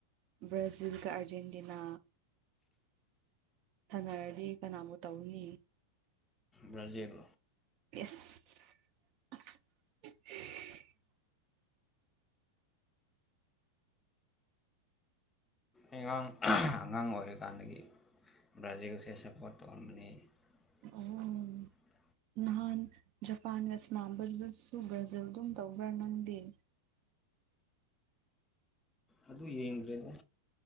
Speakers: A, on the right; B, on the left.
A: ꯕ꯭ꯔꯥꯖꯤꯜꯒ ꯑꯥꯔꯖꯦꯟꯇꯤꯅꯥ ꯁꯅꯔꯗꯤ ꯀꯅꯥꯕꯨ ꯇꯧꯅꯤ
B: ꯕ꯭ꯔꯥꯖꯤꯜ
A: ꯑꯦꯁ <inaudible>
B: ꯑꯉꯥꯡ ꯑꯉꯥꯡ ꯑꯣꯏꯔꯤꯀꯥꯟꯗꯒꯤ ꯕ꯭ꯔꯥꯖꯤꯜꯁꯦ ꯁꯞꯄꯣꯔꯠ ꯇꯧꯔꯝꯕꯅꯤ
A: ꯑꯣ
B: <inaudible>
A: ꯅꯍꯥꯟ ꯖꯄꯥꯟꯒꯁꯅꯥꯝꯕꯗꯨꯗꯁꯨ ꯕ꯭ꯔꯥꯖꯤꯜꯗꯨꯝ ꯇꯧꯕ꯭ꯔꯥ ꯅꯪꯗꯤ
B: ꯑꯗꯨ ꯌꯦꯡꯗ꯭ꯔꯦꯗ